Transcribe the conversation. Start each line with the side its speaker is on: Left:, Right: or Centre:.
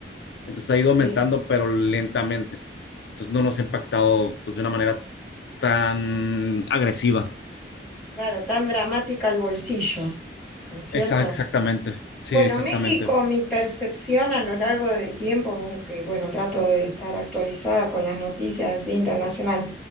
Left: entonces ha ido aumentando,
Centre: sí,
Left: pero lentamente, entonces no nos ha impactado pues, de una manera tan agresiva.
Centre: claro, tan dramática el bolsillo, ¿no es cierto?
Left: Exa- Exactamente, sí,
Centre: Bueno,
Left: exactamente.
Centre: México, mi percepción a lo largo del tiempo, aunque bueno, trato de estar actualizada con las noticias internacionales,